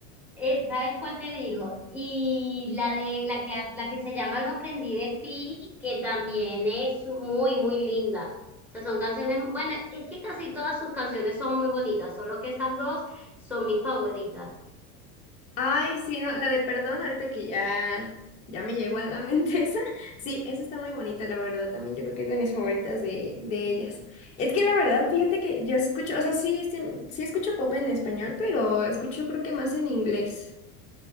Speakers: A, in the centre; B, on the left.
A: eh, ¿sabes cuál te digo? Y la de la que la que se llama Lo aprendí de ti, que también es muy, muy linda. O sea, son canciones, bueno, es que casi todas sus canciones son muy bonitas, solo que esas dos son mis favoritas.
B: Ay, sí, no, la de perdón, ahorita que ya, ya me llegó a la mente <laughs> esa. Sí, esa está muy bonita, la verdad, también. Yo creo que es de mis favoritas de, de ellas. Es que la verdad, fíjate que yo escucho, o sea, sí, este, sí escucho pop en español, pero escucho creo que más en inglés.